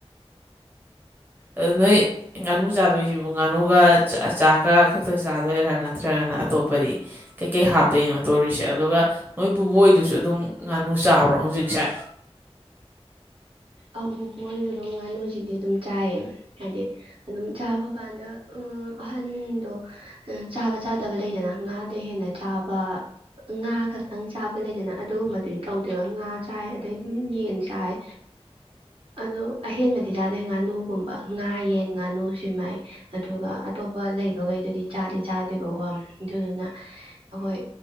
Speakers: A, on the right (about 20°); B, on the right (about 55°).
A: ꯑꯗꯨ ꯅꯣꯏ ꯉꯥꯅꯨ ꯆꯥꯗꯣꯏꯁꯤꯕꯨ ꯉꯥꯅꯨꯒ ꯆ ꯆꯥꯛꯀ ꯈꯛꯇ ꯆꯥꯗꯣꯏꯔꯥ ꯅꯠꯇ꯭ꯔꯒꯅ ꯑꯇꯣꯞꯄꯗꯤ ꯀꯩꯀꯩ ꯍꯥꯞꯇꯣꯏꯅꯣ ꯇꯧꯔꯤꯁꯦ ꯑꯗꯨꯒ ꯃꯣꯏ ꯕꯕꯨꯕꯣꯏꯗꯨꯁꯨ ꯑꯗꯨꯝ ꯉꯥꯅꯨ ꯆꯥꯕ꯭ꯔꯣ ꯍꯧꯖꯤꯛꯁꯦ
B: ꯑꯧꯕꯄꯨ ꯑꯣꯏꯔꯁꯨ ꯑꯗꯨꯝ ꯉꯥꯅꯨꯁꯤꯗꯤ ꯑꯗꯨꯝ ꯆꯥꯏꯌꯦ ꯍꯥꯏꯗꯤ ꯑꯗꯨꯝ ꯆꯥꯕ ꯀꯥꯟꯗ ꯑꯍꯟꯗꯣ ꯆꯥꯕ ꯆꯥꯗꯕ ꯂꯩꯗꯅ ꯉꯥꯗ ꯍꯦꯟꯅ ꯆꯥꯕ ꯉꯥ ꯈꯛꯇꯪ ꯆꯥꯕ ꯂꯩꯗꯅ ꯑꯗꯨꯒꯨꯝꯕꯗꯨꯗꯤ ꯇꯧꯗꯦꯕ ꯉꯥ ꯆꯥꯏ ꯑꯗꯩ ꯑꯗꯨꯝ ꯌꯦꯟ ꯆꯥꯏ ꯑꯗꯣ ꯑꯍꯦꯟꯕꯗꯤ ꯆꯥꯗꯦ ꯉꯥꯅꯨꯒꯨꯝꯕ ꯉꯥ ꯌꯦꯟ ꯉꯥꯅꯨ ꯁꯃꯥꯏ ꯑꯗꯨꯒ ꯑꯇꯣꯞꯄ ꯂꯩꯕꯈꯩꯗꯨꯗꯤ ꯆꯥꯗꯤ ꯆꯥꯗꯦꯕꯀꯣ ꯑꯗꯨꯗꯨꯅ ꯑꯩꯈꯣꯏ